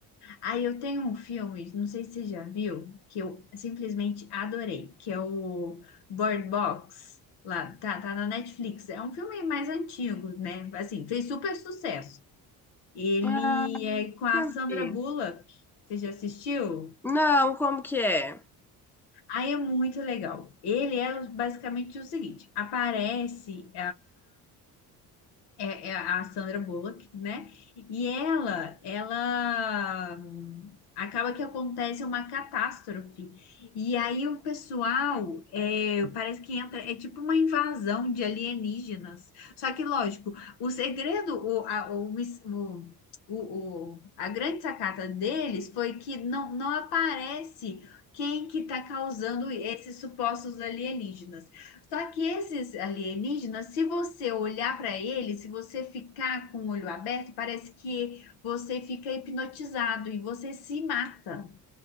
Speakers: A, on the left; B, in the centre.
A: Ah, eu tenho um filme, não sei se você já viu, que eu simplesmente adorei, que é o Bird Box. Lá, tá, tá na Netflix. É um filme mais antigo, né? Assim, fez super sucesso. Ele
B: Ah,
A: é
B: nunca
A: com a Sandra
B: vi.
A: Bullock. Você já assistiu?
B: Não, como que é?
A: Aí é muito legal. Ele é basicamente o seguinte: aparece é, é a Sandra Bullock, né? E ela, ela hum, acaba que acontece uma catástrofe. E aí o pessoal é, parece que entra, é tipo uma invasão de alienígenas. Só que, lógico, o segredo, o, a, o, mis- o- o- o- a grande sacada deles foi que não, não aparece quem que está causando esses supostos alienígenas. Só que esses alienígenas, se você olhar para eles, se você ficar com o olho aberto, parece que você fica hipnotizado e você se mata.